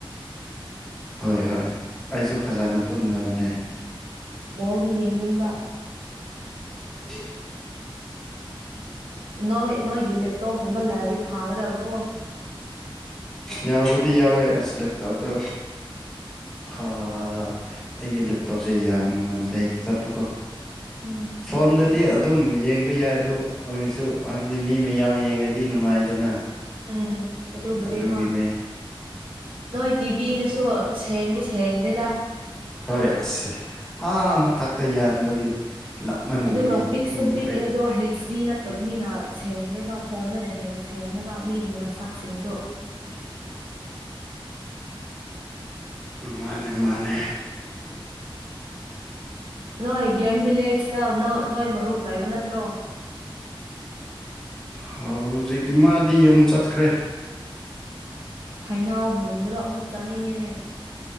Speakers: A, in the centre; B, on the right.
A: ꯍꯣꯏ ꯍꯣꯏ ꯑꯩꯁꯨ ꯐꯖꯅ ꯇꯨꯝꯗꯕꯅꯦ꯫
B: ꯕꯣꯜꯗꯤ ꯌꯦꯡꯅꯤꯡꯕ꯫
A: ꯎ <unintelligible>
B: ꯅꯣꯏ ꯅꯣꯏꯒꯤ ꯂꯦꯞꯇꯣꯞꯒꯨꯝꯕ ꯂꯥꯏꯔꯗꯤ ꯐꯥꯒꯗꯕꯀꯣ꯫
A: ꯌꯥꯎꯕꯨꯗꯤ ꯌꯥꯎꯋꯦ ꯑꯁ ꯂꯦꯞꯇꯣꯞꯇꯣ꯫ ꯑꯩꯒꯤ ꯂꯦꯞꯇꯣꯞꯁꯦ ꯌꯥꯝꯅ ꯂꯦꯛ ꯆꯠꯄꯀꯣ꯫
B: ꯎꯝ
A: ꯐꯣꯟꯗꯥꯥꯗꯤ ꯑꯗꯨ ꯑꯗꯨꯝ ꯌꯦꯡꯕ ꯌꯥꯏ ꯑꯗꯨ ꯑꯣꯏꯔꯁꯨ ꯍꯥꯏꯕꯗꯤ ꯃꯤ ꯃꯌꯥꯝ ꯌꯦꯡꯉꯗꯤ ꯅꯨꯡꯉꯥꯏꯗꯅ꯫
B: ꯎꯝ ꯑꯗꯨꯕꯨꯗꯤ
A: ꯑꯗꯨꯒꯤꯅꯦ
B: ꯍꯣꯏ꯫ ꯅꯣꯏ ꯇꯤꯚꯤꯗꯁꯨ ꯁꯌꯦꯡꯗꯤ ꯁꯌꯦꯡꯗꯦꯗ꯫
A: ꯍꯣꯏ ꯑꯁꯦ ꯑꯥ ꯃꯊꯛꯇ ꯌꯥꯟꯕꯒꯤ꯫ ꯂꯥꯞꯃꯟꯕꯒꯤ
B: ꯑꯗꯨꯒ ꯄꯤꯛꯁꯨ
A: ꯎꯗ꯭ꯔꯦ
B: ꯄꯤꯛꯑꯦ ꯑꯗꯨ ꯍꯩꯖꯗꯤ ꯅꯠꯇꯕꯅꯤꯅ ꯁꯦꯡꯗꯦꯕ꯫ ꯐꯣꯟꯗꯅ ꯍꯦꯟꯅ ꯁꯦꯡꯉꯤꯕ ꯃꯤꯒꯤ ꯃꯁꯛꯁꯤꯡꯁꯨ꯫
A: ꯎꯝ꯫ ꯃꯥꯅꯦ ꯃꯥꯅꯦ꯫
B: ꯎꯝ꯫ ꯅꯣꯏ ꯒꯦꯝ ꯚꯤꯂꯦꯖꯇ ꯅꯣꯏ ꯃꯔꯨꯞ ꯂꯩꯕ ꯅꯠꯇ꯭ꯔꯣ꯫
A: ꯍꯧꯖꯤꯛꯇꯤ ꯃꯥꯗꯤ ꯌꯨꯝ ꯆꯠꯈ꯭ꯔꯦ꯫
B: ꯍꯩꯅꯎ ꯃꯨꯟꯕꯗꯣ ꯑꯃꯨꯛ ꯆꯥꯅꯤꯡꯉꯦꯅꯦ꯫